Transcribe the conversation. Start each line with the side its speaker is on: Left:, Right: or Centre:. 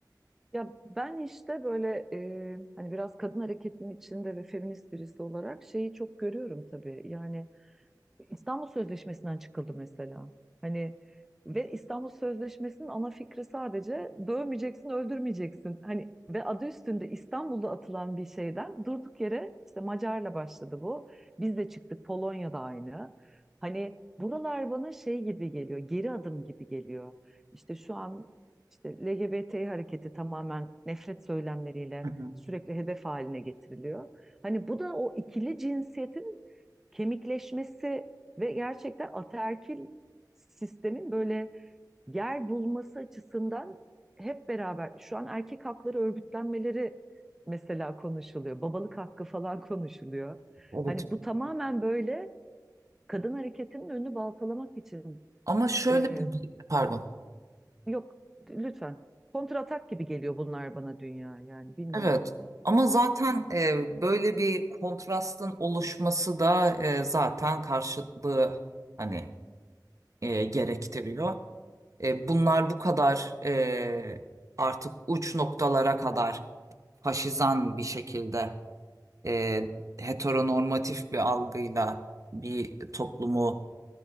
Centre: ya ben işte böyle e, hani biraz kadın hareketinin içinde ve feminist birisi olarak şeyi çok görüyorum tabii. Yani İstanbul Sözleşmesi'nden çıkıldı mesela. Hani ve İstanbul Sözleşmesi'nin ana fikri sadece dövmeyeceksin, öldürmeyeceksin. Hani ve adı üstünde İstanbul'da atılan bir şeyden durduk yere işte Macar'la başladı bu. Biz de çıktık, Polonya'da aynı. Hani buralar bana şey gibi geliyor, geri adım gibi geliyor. İşte şu an işte LGBT hareketi tamamen nefret söylemleriyle
Right: Hı hı.
Centre: sürekli hedef haline getiriliyor. Hani bu da o ikili cinsiyetin kemikleşmesi ve gerçekten ataerkil sistemin böyle yer bulması açısından hep beraber şu an erkek hakları örgütlenmeleri mesela konuşuluyor. Babalık hakkı falan <laughs> konuşuluyor.
Right: Evet.
Centre: Hani bu tamamen böyle kadın hareketinin önünü baltalamak için
Right: Ama şöyle
Centre: e,
Right: de bir, pardon.
Centre: yok lütfen kontratak gibi geliyor bunlar bana dünya yani bilmiyorum.
Right: Evet. Ama zaten e, böyle bir kontrastın oluşması da e, zaten karşıtlığı hani e, gerektiriyor. E, bunlar bu kadar e, artık uç noktalara kadar faşizan bir şekilde e, heteronormatif bir algıyla bir toplumu